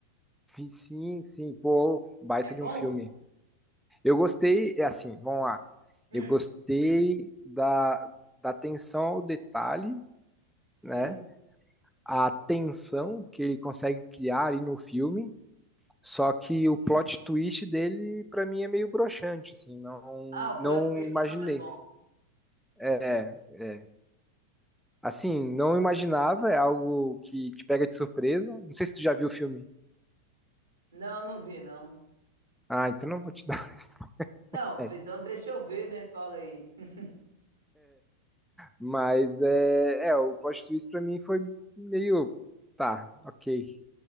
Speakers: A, in the centre; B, on the right.
A: Sim, sim, pô, baita
B: É bom?
A: de um filme. Eu gostei, é assim, vamos lá.
B: Hum,
A: Eu gostei da, da atenção ao detalhe,
B: sim.
A: né? A tensão que ele consegue criar ali no filme. Só que o plot twist dele, para mim, é meio broxante, assim, não,
B: Ah, o plot
A: não
B: twist
A: imaginei.
B: não é bom.
A: É, é. Assim, não imaginava, é algo que te pega de surpresa. Não sei se tu já viu o filme.
B: Não, não vi, não.
A: Ah, então não vou te dar. <laughs>
B: Não,
A: É,
B: vi- então deixa eu ver, né? Fala aí. <laughs>
A: Mas é, é, o plot twist pra mim foi meio, tá, ok.